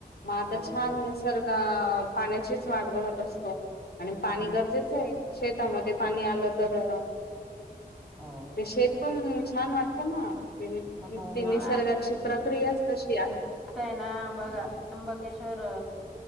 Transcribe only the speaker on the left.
मग आता
छानसर्ग पाण्याचीच वाट बघत असतो आणि पाणी
गरजेचं आहे शेतामध्ये पाणी
आलं तर
ते शेत पण छान वाटतं ना
ती
निसर्गाची प्रक्रियाच कशी आहे